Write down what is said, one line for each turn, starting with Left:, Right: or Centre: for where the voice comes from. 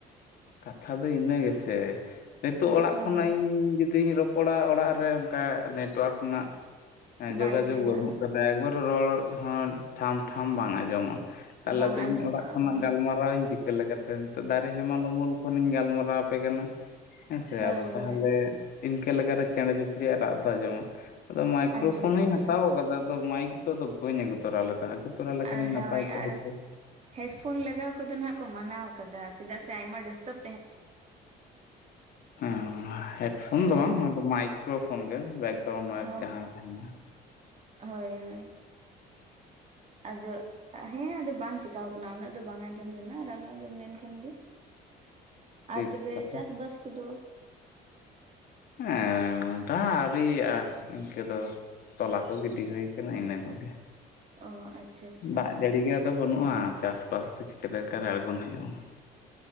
Left: ᱠᱟᱛᱷᱟ ᱫᱚ ᱤᱱᱟᱹ ᱜᱮᱥᱮ ᱱᱤᱛᱚᱜ ᱚᱲᱟᱜ
Right: ᱦᱳᱭ
Left: ᱠᱷᱚᱱᱟᱜ ᱤᱧ ᱡᱩᱫᱤᱧ ᱨᱚ ᱯᱚᱲᱟ ᱚᱲᱟᱜ ᱨᱮ ᱚᱱᱠᱟ ᱱᱮᱴᱚᱣᱟᱨᱠ ᱨᱮᱱᱟᱜ ᱡᱳᱜᱟᱡᱳᱜᱽ
Right: ᱵᱟᱭ ᱛᱟᱦᱮᱱᱟ
Left: ᱵᱟᱹᱱᱩᱜ ᱟᱠᱟᱫᱟ ᱮᱠᱵᱟᱨ ᱨᱚᱲ ᱦᱚᱸ ᱴᱷᱟᱢ ᱴᱷᱟᱢ ᱵᱟᱝ ᱟᱸᱡᱚᱢᱚᱜᱼᱟ ᱛᱟᱦᱚᱞᱮ
Right: ᱵᱟᱝ
Left: ᱫᱚ
Right: ᱟᱸᱡᱚᱢᱚᱜᱼᱟ
Left: ᱤᱧ ᱚᱲᱟᱜ ᱠᱷᱚᱱᱟᱜ
Right: ᱦᱳᱭ
Left: ᱜᱟᱞᱢᱟᱨᱟᱣᱤᱧ ᱪᱤ ᱪᱤᱠᱟᱹ ᱞᱮᱠᱟᱛᱮ ᱱᱤᱛᱚᱜ ᱫᱟᱨᱮ ᱦᱮᱢᱟᱞ ᱩᱢᱩᱞ ᱠᱷᱚᱱᱤᱧ ᱜᱟᱞᱢᱟᱨᱟᱣ ᱟᱯᱮ ᱠᱟᱱᱟ ᱦᱮᱸᱥᱮ
Right: ᱦᱳᱭ
Left: ᱟᱫᱚ ᱛᱟᱦᱚᱞᱮ
Right: ᱦᱳᱭ
Left: ᱤᱱᱠᱟᱹ ᱞᱮᱠᱟᱨᱮ ᱪᱮᱬᱮ ᱪᱩᱯᱲᱤᱭᱟᱜ ᱨᱟᱜ ᱫᱚ ᱟᱸᱡᱚᱢᱟ ᱟᱫᱚ ᱢᱟᱭᱠᱨᱳ
Right: ᱟᱸᱡᱚᱢᱚᱜ
Left: ᱯᱷᱳᱱ ᱦᱚᱧ
Right: ᱜᱮᱭᱟ
Left: ᱦᱟᱛᱟᱣ ᱟᱠᱟᱫᱟ ᱟᱫᱚ ᱢᱟᱭᱤᱠ ᱫᱚ ᱟᱫᱚ ᱵᱟᱹᱧ ᱟᱹᱜᱩ ᱛᱚᱨᱟ ᱞᱮᱫᱟ ᱛᱚᱨᱟ ᱞᱮᱠᱷᱟᱱᱤᱧ
Right: ᱟᱨ ᱦᱳᱭ
Left: ᱱᱟᱯᱟᱭ ᱠᱚᱜᱼᱟ
Right: ᱟᱨ
Left: ᱦᱚᱭᱛᱚ
Right: ᱦᱮᱰᱯᱷᱳᱱ ᱞᱟᱜᱟᱣ ᱠᱚᱫᱚ ᱱᱟᱦᱟᱜ ᱠᱚ ᱢᱟᱱᱟᱣ ᱟᱠᱟᱫᱟ ᱪᱮᱫᱟᱜ ᱥᱮ ᱟᱭᱢᱟ ᱰᱤᱥᱴᱟᱵᱽ
Left: ᱦᱮᱸ ᱦᱮᱰᱯᱷᱳᱱ
Right: ᱦᱳᱭ
Left: ᱫᱚ ᱵᱟᱝ ᱱᱚᱣᱟ ᱫᱚ ᱢᱟᱭᱤᱠ ᱠᱨᱳ ᱯᱷᱳᱱ ᱜᱮ ᱵᱮᱠᱜᱟᱣᱩᱱ ᱱᱚᱭᱮᱥ
Right: ᱦᱚᱸ
Left: ᱡᱟᱦᱟᱸ ᱛᱟᱦᱮᱱᱟ
Right: ᱦᱳᱭ ᱦᱳᱭ ᱟᱫᱚ ᱦᱮᱸ ᱟᱫᱚ ᱵᱟᱝ ᱪᱤᱠᱟᱣ ᱟᱠᱟᱱᱟ ᱩᱱᱟᱹᱜ ᱫᱚ ᱵᱟᱝ ᱟᱸᱡᱚᱢ ᱞᱮᱱᱟ ᱟᱨ ᱟᱞᱚ ᱟᱸᱡᱚᱢ ᱞᱮᱱᱠᱷᱟᱱ ᱜᱮ
Left: <inaudible>
Right: ᱟᱨ ᱛᱚᱵᱮ
Left: ᱠᱟᱛᱷᱟ
Right: ᱪᱟᱥ ᱵᱟᱥ ᱠᱚᱫᱚ
Left: ᱦᱮᱸ ᱰᱟᱦ ᱟᱹᱨᱤᱭᱟᱜᱼᱟ ᱤᱱᱠᱟᱹ ᱫᱚ ᱛᱚᱞᱟ ᱠᱚ ᱜᱤᱰᱤ ᱦᱩᱭ ᱠᱟᱱᱟ ᱤᱱᱟᱹ ᱠᱚᱜᱮ
Right: ᱚ ᱟᱪᱪᱷᱟ ᱟᱪᱪᱷᱟ
Left: ᱫᱟᱜ ᱡᱟᱹᱲᱤ ᱜᱮᱫᱚ ᱵᱟᱹᱱᱩᱜᱼᱟ ᱪᱟᱥᱼᱵᱟᱥ ᱫᱚ ᱪᱤᱠᱟᱹᱛᱮᱠᱟᱨ ᱟᱬᱜᱚᱱ ᱦᱩᱭᱩᱜᱼᱟ